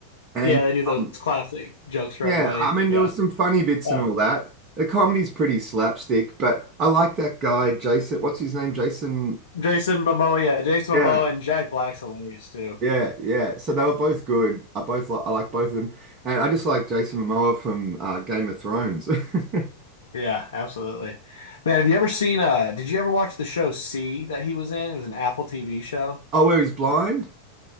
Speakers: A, on the right; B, on the left.
A: And
B: Yeah, they do those
A: um,
B: classic jokes for
A: yeah,
B: everybody.
A: I mean,
B: Yeah.
A: there was some funny bits
B: Uh,
A: and all that. The comedy's pretty slapstick, but I like that guy, Jason. What's his name? Jason.
B: Jason Momoa, yeah, Jason
A: Yeah,
B: Momoa and Jack Black's hilarious too.
A: Yeah, yeah. So they were both good. I both li I like both of them, and I just like Jason Momoa from uh, Game of Thrones. <laughs>
B: Yeah, absolutely. Man, have you ever seen uh did you ever watch the show C that he was in? It was an Apple TV show.
A: Oh, where he's blind?